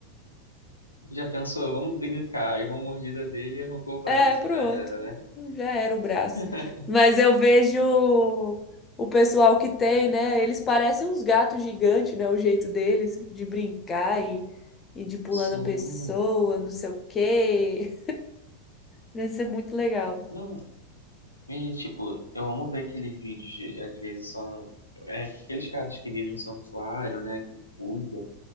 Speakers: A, on the left; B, on the left.
A: Já pensou? Vamos brincar. Aí uma mordida dele e arrancou o braço,
B: É, pronto.
A: já era, né?
B: Já era o braço.
A: <laughs>
B: Mas eu vejo o pessoal que tem, né? Eles parecem uns gatos gigantes, né? O jeito deles de brincar e, e de pular
A: Sim.
B: na pessoa, não sei o quê. Deve ser muito legal.
A: Não, e tipo, eu amo ver aqueles vídeos, de, às vezes são é, aqueles caras que vivem em santuário, né, que cuida,